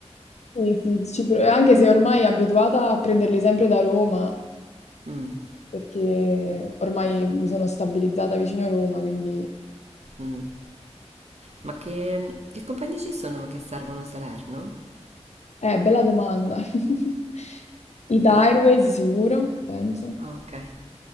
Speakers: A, on the left; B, on the right.
A: Sì, sì, ci pro- anche se ormai abituata a prenderli sempre da Roma,
B: Mm,
A: perché ormai mi sono stabilizzata vicino a Roma, quindi...
B: mm. Ma che, che compagnie ci sono che servono Salerno?
A: Eh, bella domanda. <laughs> Ita
B: No.
A: Airways sicuro, penso.
B: Ah, ok.